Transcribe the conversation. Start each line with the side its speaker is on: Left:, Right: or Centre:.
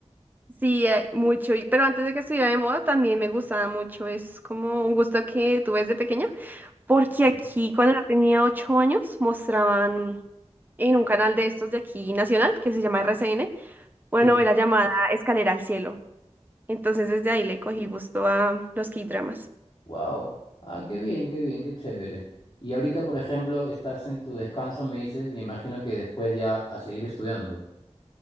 Right: Sí, hay mucho. y- Pero antes de que estuviera de moda también me gustaba mucho. Es como un gusto que tuve desde pequeña. Porque
Left: Ya.
Right: aquí, cuando yo tenía ocho años, mostraban en un canal de estos de aquí nacional, que se llama RCN, una
Left: Sí,
Right: novela
Left: sí.
Right: llamada Escalera al Cielo. Entonces desde ahí le cogí gusto a los K-dramas,
Left: Wow. Ah, qué bien, qué bien, qué chévere. Y ahorita, por ejemplo, estás en tu descanso, me dices, y imagino que después ya a seguir estudiando.